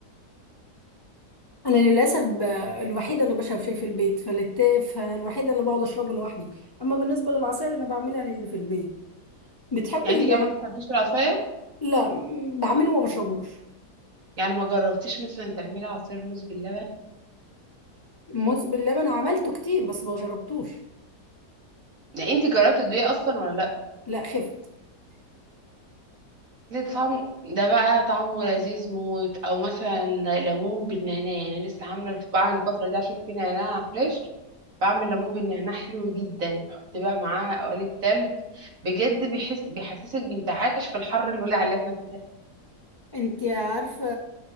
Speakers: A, on the left; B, on the right.
A: انا للاسف ب... الوحيده اللي بشرب شاي في البيت فلت... فالوحيده اللي بقعد اشربه لوحدي اما بالنسبه للعصاير انا بعملها للي في البيت بتحب
B: يعني
A: ال...
B: انت كمان بتحبيش العصاير
A: لا بعمله وما بشربوش
B: يعني ما جربتيش مثلا تعملي عصير موز باللبن
A: موز باللبن عملته كتير بس ما شربتوش
B: يعني انت جربتي الدقيق اصلا ولا لا
A: لا خفت
B: ليه طعمه ده بقى طعمه لذيذ موت او مثلا ليمون بالنعناع يعني لسه عامله الف- بعمل الفتره دي عشان في نعناع فريش بعمل ليمون بالنعناع حلو جدا بحط بقى معاه قوالب تلج بجد بيحس بيحسسك بانتعاش في الحر الولع اللي احنا فيه ده
A: انت عارفة